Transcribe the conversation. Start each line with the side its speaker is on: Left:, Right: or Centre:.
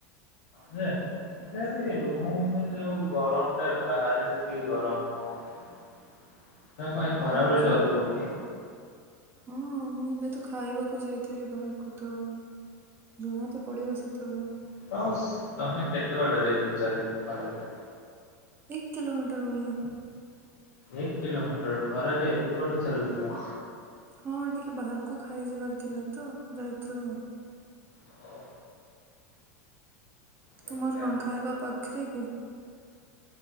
Left: ହେଲେ ବି ରୁମ୍ ରେ ଯୋଉ ଗରମ ଟା ବାହାରେ ସେତିକି ଗରମ ନୁହଁ। ତମେ କଣ ଏ ଖରା
Right: ଆଚ୍ଛା।
Left: ବେଳେ ଯାଉଥିବ କି?
Right: ହଁ ମୁଁ ଏବେ ତ ଖାଇବାକୁ ଯାଇଥିଲି ବାହାରକୁ ତ ଜଣା ତ ପଡିବ ସେତେବେଳେ।
Left: <unintelligible> ତମେ କେତେ ବାଟେ ଯାଇଥିଲ ଚାଲି ଖରାରେ
Right: ଏକ କିିଲୋମିଟର ଭଳିଆ।
Left: ଏକ କିଲୋମିଟର ଖରାରେରେ ଏତେ ବାଟ ଚାଲ
Right: ହଁ ଟିକେ ବାହାରକୁ ଖାଇଯିବାର ଥିଲା ତ ଯାଇଥିଲୁ।
Left: ଓହୋ ବେକାର
Right: ତୁମର କଣ ଖାଇବା ପାଖରେ କି?